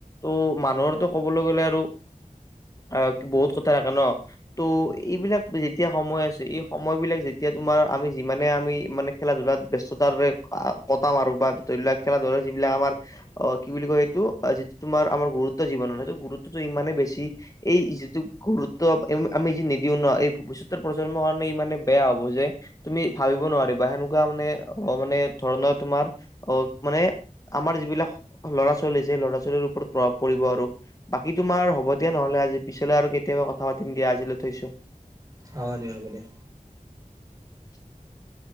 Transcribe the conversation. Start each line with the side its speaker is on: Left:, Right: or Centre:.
Left: ত' মানুহৰটো ক'বলৈ গ'লে আৰু, আ, বহুত কথাই থাকে ন ত' এইবিলাক যিত তিয়া সময় আছে এই সময় বিলাক যেতিয়া তোমাৰ আমি যিমানে আমি মানে খেলা ধূলাত ব্যস্ততাৰে, আ কটাম আৰু বা ধৰি লোৱা খেলা ধোলা যিবিলাক আমাৰ, অঁ, কি বুলি কয় সেইটো যিটো তোমাৰ আমাৰ গুৰুত্ব জীৱনত হেটো গুৰুত্বটো ইমানেই বেছি, এই এই যিটো গুৰুত্ব এম আম আমি যি নিদিও ন এই ভৱিষ্যত, তৰ প্ৰজন্মৰ কাৰণে ইমানে বেয়া হ'ব যে, তুমি ভাবিব নোৱাৰিবা সেনেকুৱা মানে অ মানে ধৰণৰ তোমাৰ অঁ মানে আমাৰ যিবিলাক ল'ৰা-ছোৱালী আছে, সেই ল'ৰা-ছোৱালীৰ ওপৰত প্ৰভাৱ পৰিব আৰু। বাকী তোমাৰ হ'ব দিয়া নহলে আজি পিছলৈ আৰু কেতিয়াবা কথা পাতিম দিয়া আজিলৈ থৈছো।
Right: অ দিয়া, হব দিয়া।
Left: <inaudible>